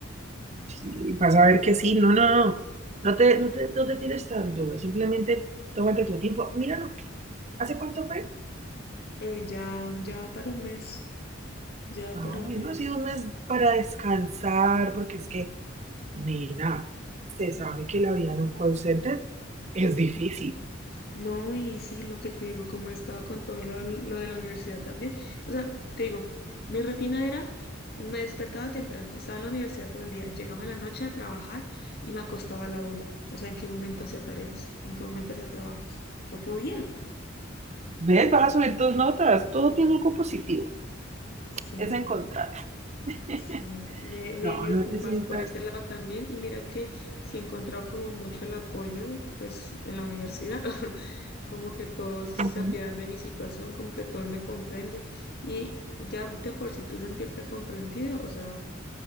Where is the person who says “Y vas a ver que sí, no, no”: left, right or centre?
Right